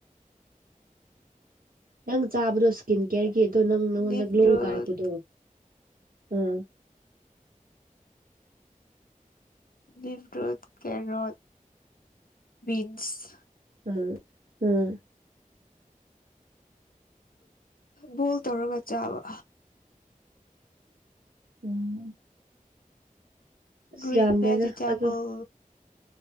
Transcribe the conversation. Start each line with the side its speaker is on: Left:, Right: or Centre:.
Right: ꯅꯪ ꯆꯥꯕꯗꯣ ꯏꯁꯀꯤꯟ ꯀꯦꯌꯔꯒꯤ ꯑꯗꯣ ꯅꯪ ꯅꯪꯉꯣꯟꯗ
Left: ꯕꯤꯞꯔꯨꯠ
Right: ꯒ꯭ꯂꯣ ꯀꯥꯔꯛꯄꯗꯣ ꯎꯝ
Left: ꯂꯤ꯭ꯔꯣ ꯀꯦꯔꯠ ꯕꯤꯟꯁ
Right: ꯎꯝ ꯎꯝ
Left: ꯕꯣꯜ ꯇꯧꯔꯒ ꯆꯥꯕ
Right: ꯎꯝ ꯑꯁ
Left: ꯒ꯭ꯔꯤꯟ
Right: ꯌꯥꯝꯗꯦꯗ
Left: ꯚꯦꯖꯤꯇꯦꯕꯜ
Right: ꯑꯗꯣ